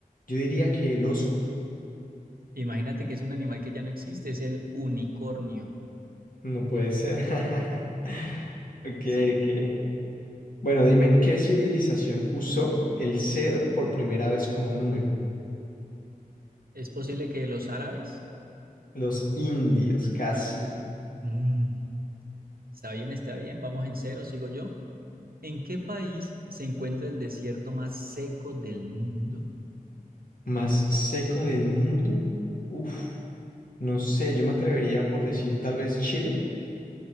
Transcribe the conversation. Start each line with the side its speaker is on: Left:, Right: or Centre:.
Left: Yo diría que el oso
Right: Imagínate que es un animal que ya no existe, es el unicornio.
Left: no puede ser. <laughs> Ok,
Right: Sí.
Left: ok. Bueno, dime, ¿qué civilización usó el cero por primera vez como número?
Right: ¿Es posible que los árabes?
Left: Los indios, casi.
Right: Mm, Está bien, está bien, vamos en cero, sigo yo. ¿En qué país se encuentra el desierto más seco del mundo?
Left: ¿Más seco del mundo? Uf, no sé, yo me atrevería por decir tal vez Chile.